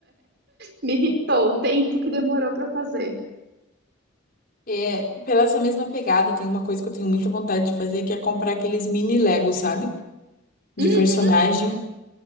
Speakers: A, on the right; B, on the left.
A: Me irritou o tempo que demorou pra fazer.
B: É, pela essa mesma pegada, tem uma coisa que eu tenho muita vontade de fazer, que é comprar aqueles mini Lego, sabe? De
A: Uhum.
B: personagem.